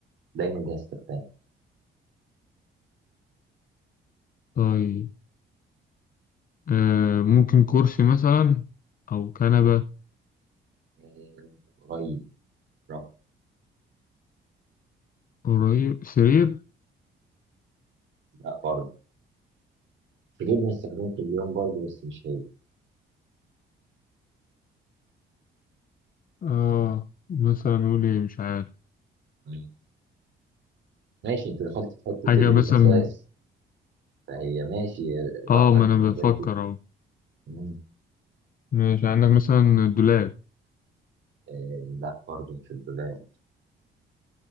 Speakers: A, on the right (about 70°); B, on the left (about 45°).
A: دايما ليها استخدام
B: طيب آه ممكن كرسي مثلا أو كنبة
A: آه، قريب رب
B: قريب سرير
A: لا برضه تجيب بنستخدمه كل يوم برضه بس مش هي
B: آه مثلا نقول إيه مش عارف
A: مم. ماشي انت دخلت في حتة
B: حاجة
A: الأساس
B: مثلا
A: فهي ماشي فكر
B: آه ما
A: في
B: أنا
A: الحاجات
B: بفكر
A: دي
B: أهو
A: مم.
B: ماشي عندك مثلا دولاب
A: آه لا برضه مش الدولاب ما